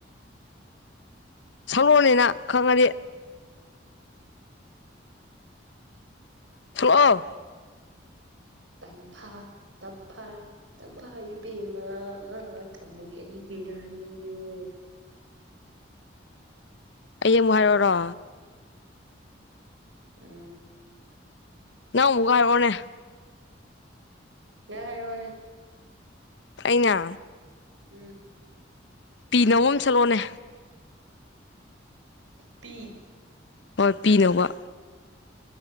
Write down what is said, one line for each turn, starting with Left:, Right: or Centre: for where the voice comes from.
Left: ꯁꯛꯂꯛꯑꯣꯅꯦ ꯅꯪ ꯈꯪꯉꯗꯤ ꯊꯨꯛꯑꯣ
Right: ꯇꯝꯐꯥ ꯇꯝꯐꯥ ꯇꯝꯐꯥ ꯏꯕꯦꯝꯃꯥ ꯊꯝꯃꯣꯏ ꯑꯩꯒꯤ ꯔꯥꯅꯤꯌꯣ
Left: ꯑꯩ ꯑꯃꯨꯛ ꯍꯥꯏꯔꯛꯑꯣꯔꯣ
Right: ꯎꯝ
Left: ꯅꯪ ꯑꯃꯨꯛꯀ ꯍꯥꯏꯔꯛꯑꯣꯅꯦ
Right: ꯅꯪ ꯍꯥꯏꯔꯛꯑꯣꯅꯦ
Left: ꯑꯩꯅ
Right: ꯎꯝ
Left: ꯄꯤꯅ ꯍꯧꯕ ꯑꯃ ꯁꯛꯂꯛꯑꯣꯅꯦ
Right: ꯄꯤ
Left: ꯍꯣꯏ ꯄꯤꯅ ꯍꯧꯕ